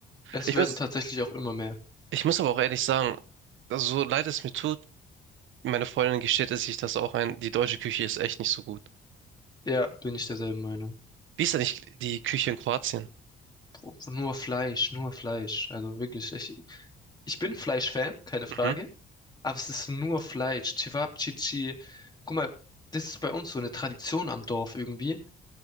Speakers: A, on the left; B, on the right.
A: es
B: Ich
A: werden
B: muss,
A: tatsächlich auch immer mehr.
B: ich muss aber auch ehrlich sagen, also so leid es mir tut, meine Freundin gesteht es sich das auch ein, die deutsche Küche ist echt nicht so gut.
A: Ja, bin ich derselben Meinung.
B: Wie ist denn nicht die Küche in Kroatien?
A: Bro, nur Fleisch, nur Fleisch. Also wirklich, ich, ich bin Fleisch-Fan, keine Frage,
B: Mhm.
A: aber es ist nur Fleisch. Cevapcici. Guck mal, das ist bei uns so eine Tradition am Dorf irgendwie.